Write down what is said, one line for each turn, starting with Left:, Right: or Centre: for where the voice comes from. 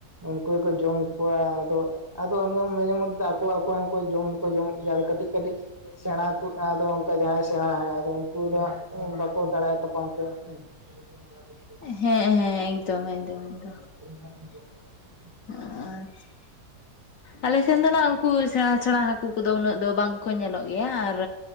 Right: ᱩᱱᱠᱩ ᱜᱮᱠᱚ ᱡᱚᱢ ᱠᱚᱣᱟ ᱟᱫᱚ ᱟᱫᱚ <unintelligible> ᱢᱚᱫᱽᱫᱷᱮ ᱫᱚ ᱟᱠᱚ ᱟᱠᱚ ᱦᱚᱸ ᱡᱚᱢ ᱫᱚᱠᱚ ᱡᱚᱢᱚᱜ ᱜᱮᱭᱟ ᱠᱟᱹᱴᱤᱡ ᱠᱟᱹᱴᱤᱡ ᱥᱮᱬᱟ ᱠᱩᱡ ᱟᱫᱚ ᱚᱱᱠᱟ ᱡᱟᱦᱟᱸᱟᱭ ᱥᱮᱬᱟ ᱦᱟᱭ ᱟᱫᱚ ᱩᱱᱠᱩ ᱫᱚ ᱮᱸ ᱵᱟᱠᱚ ᱫᱟᱲᱮᱜ-ᱟ ᱛᱟᱯᱟᱢ ᱛᱮ᱾ <unintelligible>
Left: ᱦᱮᱸ, ᱦᱮᱸ, ᱮᱠᱫᱚᱢ, ᱮᱠᱫᱚᱢ, ᱮᱠᱫᱚᱢ᱾
Right: <inaudible>
Left: ᱟᱨ ᱟᱞᱮ ᱥᱮᱱ ᱫᱚ ᱱᱟᱦᱟᱜ ᱩᱱᱠᱩ ᱥᱮᱬᱟ ᱥᱮᱬᱟ ᱦᱟᱹᱠᱩ ᱠᱚᱫᱚ ᱩᱱᱟᱹᱜ ᱫᱚ ᱵᱟᱝ ᱠᱚ ᱧᱮᱞᱚᱜ ᱜᱮᱭᱟ ᱟᱨ